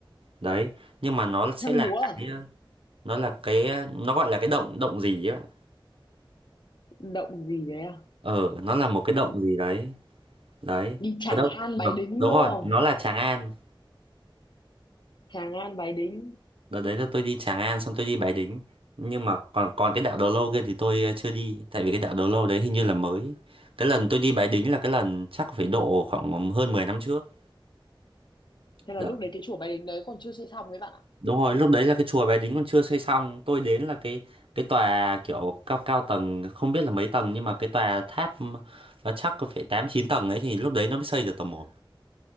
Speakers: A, on the right; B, on the left.
A: đấy nhưng mà nó sẽ
B: Hang
A: là
B: múa à?
A: cái ờ, nó là cái ờ, nó gọi là cái động động gì ấy bạn
B: động gì đấy à
A: ờ nó là một cái động gì đấy đấy
B: đi Tràng
A: à đâu
B: An
A: Đúng
B: Bái Đính
A: đúng
B: đúng
A: rồi,
B: không
A: nó là Tràng An
B: Tràng An Bái Đính
A: Đợt đấy là tôi đi Tràng An xong tôi đi Bái Đính. Nhưng mà còn còn cái đảo Đầu Lâu kia thì tôi ờ, chưa đi. Tại vì cái đảo Đầu Lâu đấy hình như là mới. Cái lần tôi đi Bái Đính là cái lần chắc phải độ khoảng hơn 10 năm trước.
B: thế là
A: Đó.
B: lúc đấy cái chùa Bái Đính đấy còn chưa xây xong ấy bạn ạ
A: Đúng rồi, lúc đấy là cái chùa Bái Đính còn chưa xây xong. Tôi đến là cái cái tòa kiểu cao cao tầng, không biết là mấy tầng. Nhưng mà cái tòa tháp nó chắc có phải tám chín tầng ấy. Thì lúc đấy nó mới xây được tầng một